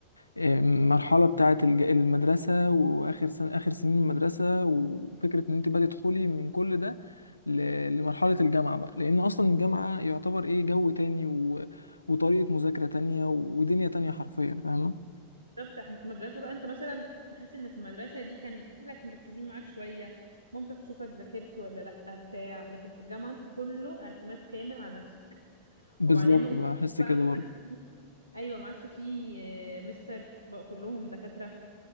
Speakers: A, on the left; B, on the right.
A: آه، المرحله بتاعه الج- المدرسه واخر سنه اخر سنين المدرسه وفكره ان انت بقى تدخلي من كل ده ل- لمرحله الجامعه بقى لان اصلا الجامعه يعتبر ايه جو تاني و- وطريقه مذاكره تانية ودنيا تانية حرفيا فاهمه
B: بالظبط احنا في المدرسة بقى انت مثلا تحس ان في المدرسة دي كان اهلك مركزين معاك شوية مامتك تشوفك ذاكرت ولا لأ بتاع لكن في الجامعة انت كله اعتماد كامل على نفسك
A: بالظبط
B: وبعدين نقطة
A: بحس
B: بقى
A: كده برضه
B: معاك ايوه ما عادش فيه آه، مستر بقى كلهم دكاترة